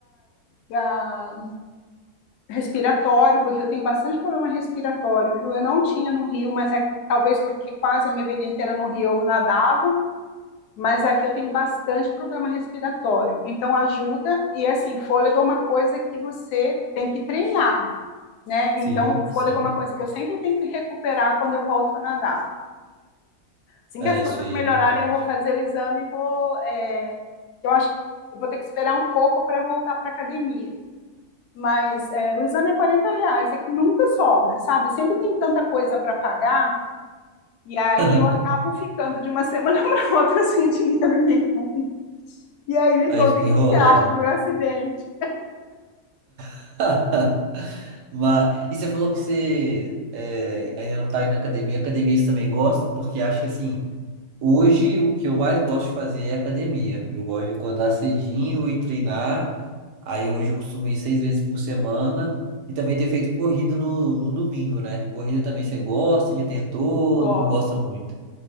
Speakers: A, on the left; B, on the right.
A: para respiratório, porque eu tenho bastante problema respiratório, viu? Eu não tinha no Rio, mas aqui, talvez porque quase a minha vida inteira no Rio eu nadava, mas aqui eu tenho bastante problema respiratório. Então ajuda e assim, fôlego é uma coisa que você tem que treinar, né? Então
B: Sim,
A: o
B: sim.
A: fôlego é uma coisa que eu sempre tenho que recuperar quando eu volto a nadar. Assim
B: É
A: que as coisas
B: isso aí,
A: melhorarem,
B: é verdade.
A: eu vou fazer o exame e vou. é, eu acho que eu vou ter que esperar um pouco para voltar para a academia. Mas é, o exame é 40 reais, é que nunca sobra, sabe? Sempre tem tanta coisa para pagar, e aí
B: <laughs>
A: eu acabo ficando de uma <laughs> semana para outra sem dinheiro nenhum. E aí me
B: Aí
A: conta,
B: fica
A: o que
B: enrolando.
A: que você acha do meu acidente?
B: <laughs> Mas, e você falou que você é, ainda não está indo na academia. Academia eu também gosto, porque acho que assim, hoje o que eu mais gosto de fazer é academia. Eu gosto de acordar cedinho e treinar. Aí hoje eu costumo ir seis vezes por semana. E também ter feito corrida no, no domingo, né? Corrida também você
A: Uhum.
B: gosta, já tentou,
A: Gosto.
B: não gosta muito.